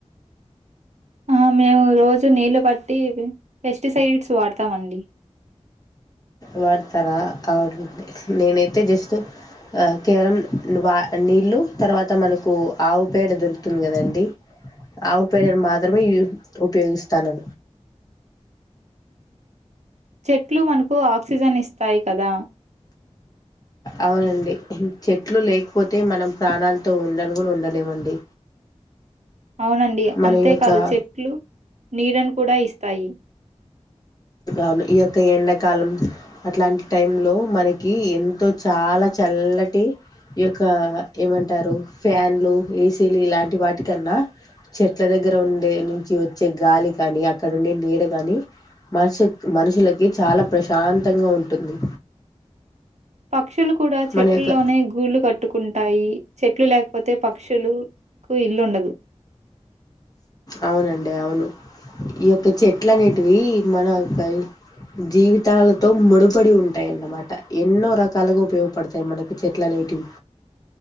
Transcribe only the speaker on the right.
హ మేము రోజు నీళ్ళు బట్టి పెస్టిసైడ్స్ వాడతామండి
చెట్లు మనకు ఆక్సిజన్ ఇస్తాయి కదా
అవునండి
అంతేకాదు
చెట్లు నీడను కూడా ఇస్తాయి
పక్షులుకు కూడా చెట్లలోనే
గూళ్ళలు కట్టుకుంటాయి చెట్లు లేక లేకపోతే పక్షులు కు ఇల్లు ఉండదు